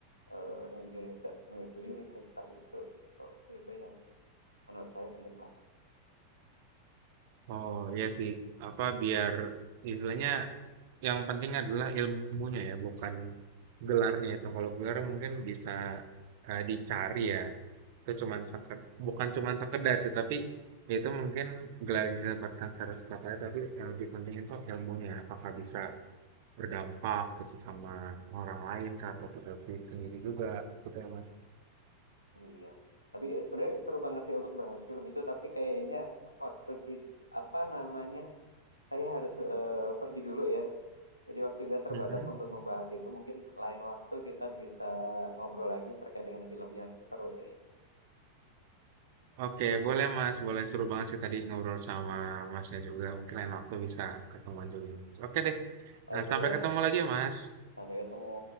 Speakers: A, on the left; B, on the right.
A: eee, dari univers universitas itu, gitu. Itu itu yang menurut saya penting banget.
B: Oh iya sih, apa biar istilahnya yang penting adalah ilmunya ya, bukan gelarnya itu. Kalau gelar mungkin bisa eh, dicari ya. Itu cuman seked, bukan cuman sekedar sih, tapi itu mungkin gelar yang didapatkan secara setelahnya, tapi yang lebih penting itu ilmunya. Apakah bisa berdampak gitu sama orang lain kah, atau terhadap diri sendiri juga gitu ya Mas.
A: Iya. Tapi eh, sebenarnya seru banget sih untuk bahas film itu, tapi kayaknya waktu kita apa namanya, saya harus, eee, pergi dulu ya. Jadi waktu kita terbatas
B: Mhm.
A: untuk membahas itu. Mungkin lain waktu kita bisa ngobrol lagi terkait dengan film yang seru ini.
B: Oke, boleh Mas. Boleh seru banget sih tadi ngobrol sama Masnya juga. Mungkin lain waktu bisa ketemuan juga, Mas. Oke deh. Nah,
A: Oke
B: sampai
A: ya,
B: ketemu lagi ya, Mas.
A: sampai ketemu.